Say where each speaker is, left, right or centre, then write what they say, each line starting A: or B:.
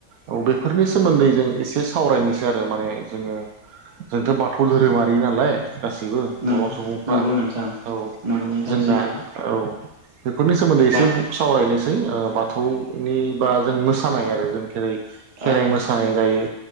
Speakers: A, on the right; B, on the right.
A: औ बेफोरनि सोमोन्दै जों एसे सावरायनोसै आरो माने जोङो जोंथ' बाथौ धोरोमारि नालाय। गाससिबो
B: नंगौ
A: बर' सुबुंफ्रा
B: नंगौ नोंथां
A: औ
B: नंगौ नोंथां
A: जोंना
B: सैथो
A: औ बेफोरनि सोमोन्दै एसे
B: बाथ
A: बु ख सावरायनोसै बाथौनि बा जों मोसानाय आरो जों खेर खेराइ
B: औ
A: मोसा मोसानाय जायो